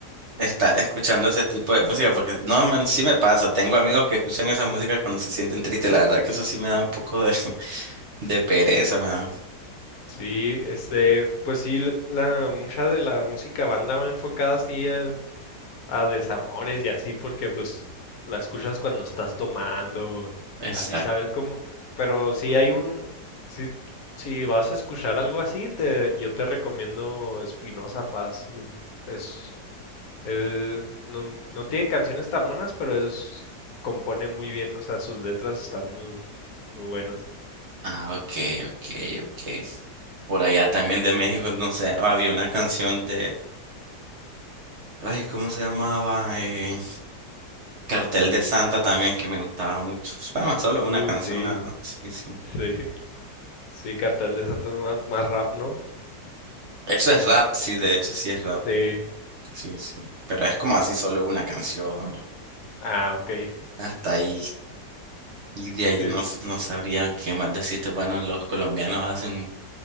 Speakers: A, on the right; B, on the left.
A: estar escuchando ese tipo de música, porque no, man, sí me pasa. Tengo amigos que escuchan esa música cuando se sienten tristes. La verdad que eso sí me da un poco de, <laughs> de pereza, me da.
B: Sí, este, pues sí, la, la- mucha de la música banda va enfocada así a, a desamores y así, porque pues la escuchas cuando estás tomando,
A: Exacto.
B: así sabes cómo. Pero si hay un, si, si vas a escuchar algo así, te, yo te recomiendo Espinosa Paz. Es, Él no, no tiene canciones tan buenas, pero es, compone muy bien, o sea, sus letras están muy, muy buenas.
A: Ah, ok, ok, ok. Por allá también de México, no sé, había una canción de, ay, ¿cómo se llamaba? Eh, Cartel de Santa también que me gustaba mucho. Bueno, solo
B: Uy,
A: una canción,
B: sí,
A: la verdad. Sí, sí.
B: sí, sí, Cartel de Santa más, más rap, ¿no?
A: Eso es rap, sí, de hecho sí es rap.
B: Sí.
A: Sí, sí. Pero es como así solo una canción.
B: Ah, ok,
A: Hasta ahí. Y de ahí
B: sí.
A: no, s- no sabría qué más decirte. Bueno, los colombianos hacen